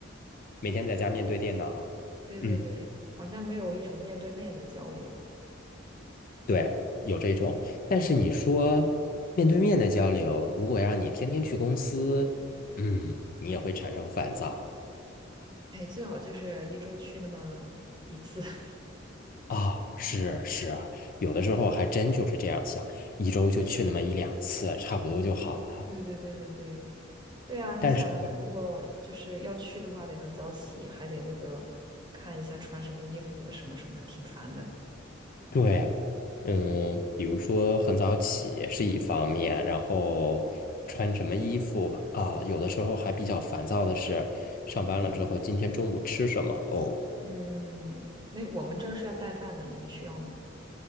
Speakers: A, on the left (about 45°); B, on the right (about 20°).
A: 每天在家面对电脑，
B: 对对对，
A: 嗯，
B: 好像没有一种面对面的交流。
A: 对，有这种。但是你说面对面的交流，如果让你天天去公司，嗯，你也会产生烦躁。
B: 哎，最好就是一周去那么一次。<laughs>
A: 啊、是是啊，有的时候还真就是这样想，一周就去那么一两次，差不多就好了。
B: 对对对对对，对啊，你想啊如果就是要去的话，
A: 但是
B: 得很早起，还得那个看一下穿什么衣服，什么什么，挺烦的。
A: 对，嗯，比如说很早起是一方面，然后穿什么衣服啊，有的时候还比较烦躁的是，上班了之后今天中午吃什么？哦，
B: 嗯，没，我们这儿是要带饭的，你们需要吗？